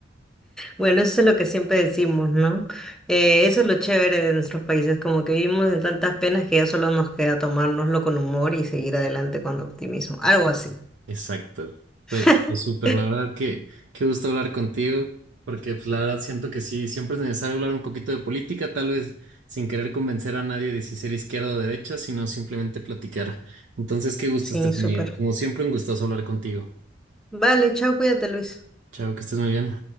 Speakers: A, in the centre; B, on the right (about 65°).
A: Bueno, eso es lo que siempre decimos, ¿no? Eh, eso es lo chévere de nuestros países, como que vivimos en tantas penas que ya solo nos queda tomárnoslo con humor y seguir adelante con optimismo, algo así.
B: Exacto.
A: <laughs>
B: Pues, pues súper, la verdad que qué gusto hablar contigo, porque pues la verdad siento que sí, siempre es necesario hablar un poquito de política, tal vez sin querer convencer a nadie de si ser izquierda o derecha, sino simplemente platicar. Entonces, qué gusto,
A: Sí,
B: Estefanía.
A: súper.
B: Como siempre, un gustazo hablar contigo.
A: Vale, chao, cuídate, Luis.
B: Chao, que estés muy bien.